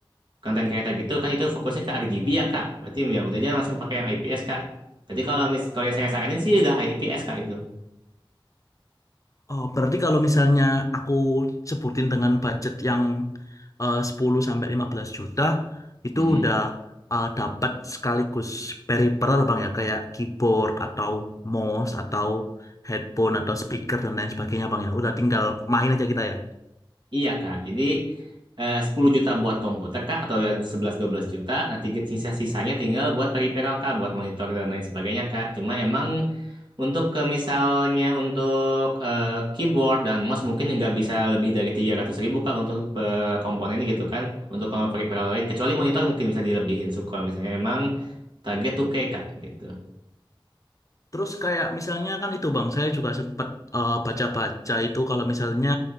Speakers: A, on the right; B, on the left.
A: konten creator gitu kan itu fokusnya ke RGB ya Kak. Berarti ya udah aja langsung pakai yang IPS Kak. Jadi kalau mis kalau yang saya saranin sih udah IPS Kak itu.
B: Oh, berarti kalau misalnya aku sebutin dengan budget yang eh, 10 sampai 15 juta itu
A: Mm-mm.
B: udah eh, dapat sekaligus peripheral bang ya kayak keyboard atau mouse atau headphone atau speaker dan lain sebagainya bang ya. Udah tinggal main aja kita ya.
A: Iya Kak, jadi eh, 10 juta buat komputer Kak, atau ya sebelas dua belas juta, nah tiga sisa-sisanya tinggal buat peripheral Kak, buat monitor dan lain sebagainya Kak. Cuma emang untuk ke misalnya untuk eh, keyboard dan mouse mungkin nggak bisa lebih dari 300 ribu Kak untuk eh, komponennya gitu kan, untuk kalau peripheral lain, kecuali monitor mungkin bisa dilebihin suka. kalau misalnya emang target 2K Kak gitu.
B: Terus kayak misalnya kan itu Bang, saya juga sempat eh, baca-baca itu kalau misalnya